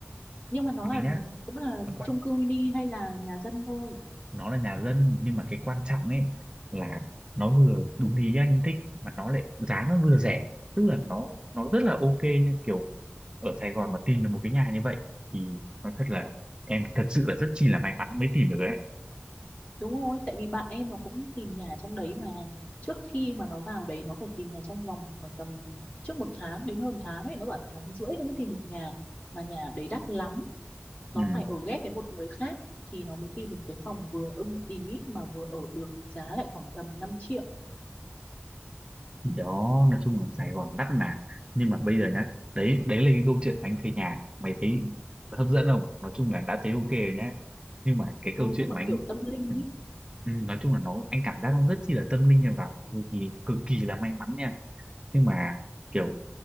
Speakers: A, on the left; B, on the right.
A: Nhưng mà nó
B: mày
A: là
B: nhá
A: cũng là
B: còn
A: chung cư mini hay là nhà dân thôi.
B: nó là nhà dân nhưng mà cái quan trọng ấy là nó vừa đúng ý anh thích mà nó lại giá nó vừa rẻ tức là nó nó rất là ok nha kiểu ở Sài Gòn mà tìm được một cái nhà như vậy thì nó thật là em thật sự là rất chi là may mắn mới tìm được ấy
A: Đúng rồi, tại vì bạn em nó cũng tìm nhà trong đấy mà trước khi mà nó vào đấy nó phải tìm nhà trong vòng khoảng tầm trước một tháng đến hơn tháng ấy nó bảo tháng rưỡi nó mới tìm được nhà mà nhà đấy đắt lắm nó
B: ừ.
A: phải ở ghép với một người khác thì nó mới tìm được một cái phòng vừa ưng ý mà vừa ở được giá lại khoảng tầm 5 triệu
B: Thì đó nói chung là Sài Gòn đắt mà nhưng mà bây giờ nhá đấy đấy là cái câu chuyện anh thuê nhà mày thấy hấp dẫn không nói chung là đã thấy ok rồi nhá nhưng mà cái
A: ừ,
B: câu chuyện
A: nhưng mà
B: mà anh
A: kiểu tâm linh
B: ừ,
A: ý
B: Ừ, nói chung là nó anh cảm giác nó rất chi là tâm linh nha vào thì cực kỳ là may mắn nha nhưng mà kiểu